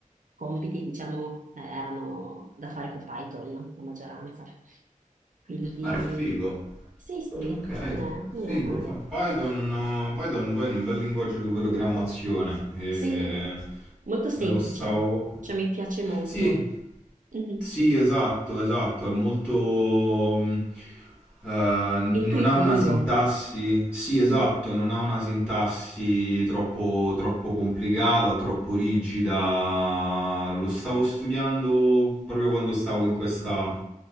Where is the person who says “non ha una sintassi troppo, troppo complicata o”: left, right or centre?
Left